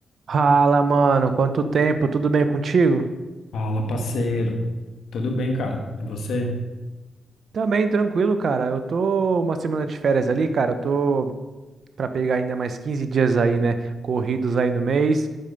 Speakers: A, on the right (about 65°); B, on the left (about 75°).
A: Fala, mano, quanto tempo? Tudo bem contigo?
B: Fala, parceiro. Tudo bem, cara? E você?
A: Também tranquilo, cara. Eu tô uma semana de férias ali, cara. Eu tô para pegar ainda mais 15 dias aí, né? Corridos aí no mês.